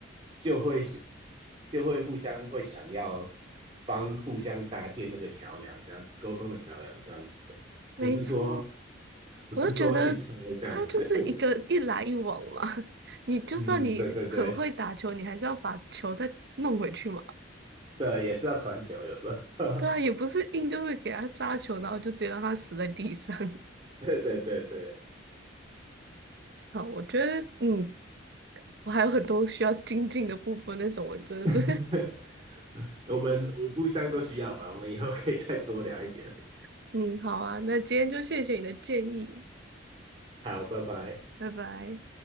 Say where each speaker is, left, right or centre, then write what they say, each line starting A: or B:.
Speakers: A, on the right; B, on the right.
A: 就会就会互相会想要帮互相搭建那个桥梁，这样沟通的桥梁，这样子的，
B: 没错。
A: 不是说不是说去抄这样子。
B: 我就觉得它就是一个一来一往嘛。
A: <laughs>
B: <laughs> 你就算你很会打球，
A: 嗯，对对对
B: 你还是要把球再弄回去嘛。
A: 对，也是要传球，有时候，<laughs>
B: 对啊，也不是硬就是给他杀球，然后就直接让他死在地上。<laughs>
A: 对对对对。
B: 好，我觉得嗯，我还有很多需要精进的部分，那种我真的是
A: <laughs> 我们我们互相都需要吧，我们以后可以再多聊一点。
B: <laughs> 嗯，好啊，那今天就谢谢你的建议，
A: 好，拜拜。
B: 拜拜。